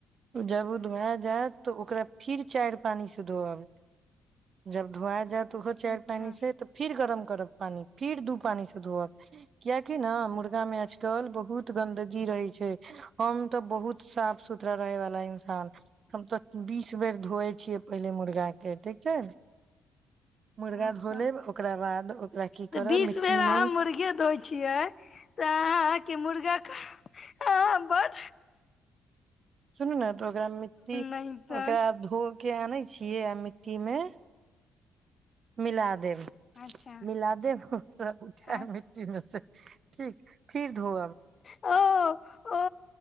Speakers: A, on the right (about 50°); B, on the left (about 40°).
A: जब ओ धुआ जायत तऽ ओकरा फिर चार पानी से धोअब जब धोआ जायत चायर
B: अच्छा
A: पानि से तऽ फिर गरम गरम पानी फिर दु पानी स धोअब क्युकी न मुरगामे चल बहुत गन्दगी रहै छै हम तऽ बहुत साफ सुथरा रहे वाला इंसान हम तऽ बीस बेर धोए छियै पहिले मुर्गा के ठीक छै मुर्गा
B: अच्छा
A: धो लेब ओकरा बाद ओकरा की
B: तऽ
A: करब
B: बीस
A: मिट्टी
B: बेर अहाँ
A: मे
B: मुर्गे दइ छियै तऽ अहाँ क मुर्गा न बर
A: सुनू ने तऽ ओकरा मिट्टी
B: नहि तऽ
A: ओकरा धो के आनै छियै आ मिट्टी मे मिला देब
B: अच्छा
A: मिल दे फ उठ
B: आ
A: मिटी मे त ठीक फिर धो
B: ओ ओ